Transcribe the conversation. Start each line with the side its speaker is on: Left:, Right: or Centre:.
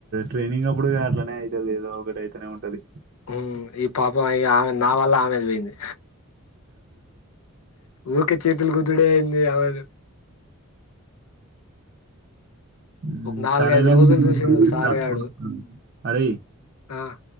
Right: ట్రైనింగ్ అప్పుడు కా నే అయితదిదో ఒకటే అయితేనే ఉంటది.
Left: ఉహ్మ్ ఈ పాపం ఈ ఆమె నా వల్ల ఆమెది పోయింది. ఊకే చేతులు గుద్దుడ అయింది. ఆమెను
Right: హ్మ్.
Left: ఒక నాలుగైదు
Right: సరేలే
Left: రోజులు
Right: నేను
Left: చూసి
Right: మళ్ళీ
Left: నువు
Right: చేస్తా
Left: సార
Right: ఫోన్
Left: ఆడు
Right: వత్తాంది. అరేయ్
Left: ఆ